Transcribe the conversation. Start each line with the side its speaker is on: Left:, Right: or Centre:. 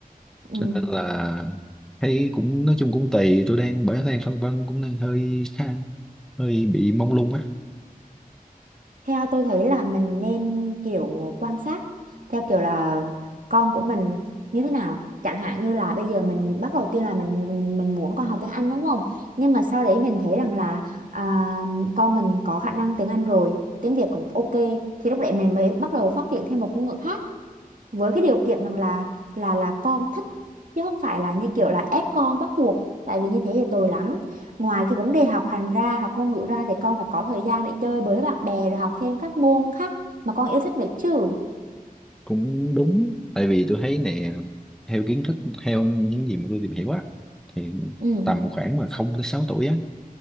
Right: ừ
Centre: cho nên là thấy cũng nói chung cũng tùy tôi đang bởi đang phân vân cũng đang hơi khá, hơi bị mông lung á
Right: Theo tôi thấy là mình nên kiểu quan sát theo kiểu là con của mình như thế nào. Chẳng hạn như là bây giờ mình bắt đầu tiên là mình mình muốn con học tiếng Anh đúng không? Nhưng mà sau đấy mình thấy rằng là à, con mình có khả năng tiếng Anh rồi, tiếng Việt cũng ok thì lúc đấy mình mới bắt đầu phát triển thêm một ngôn ngữ khác với cái điều kiện rằng là là là con thích chứ không phải là như kiểu là ép con bắt buộc tại vì như thế thì tồi lắm ngoài cái vấn đề học hành ra học ngôn ngữ ra thì con phải có thời gian để chơi với bạn bè rồi học thêm các môn khác mà con yêu thích nữa chứ
Centre: cũng đúng tại vì tôi thấy nè theo kiến thức theo những gì mà tôi tìm hiểu á thì
Right: ừ
Centre: tầm khoảng mà không tới 6 tuổi á